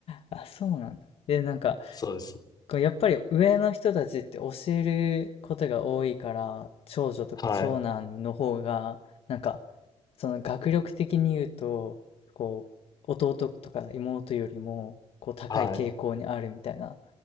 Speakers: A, on the left; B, on the left.
A: あ、そうなんだ。で、なんか、
B: そうです。
A: こうやっぱり上の人たちって教えることが多いから、長女とか長男の方が、
B: はい。
A: なんか、その学力的に言うと、こう、弟とか妹よりも、こう、高い傾向にあるみたいな
B: はい。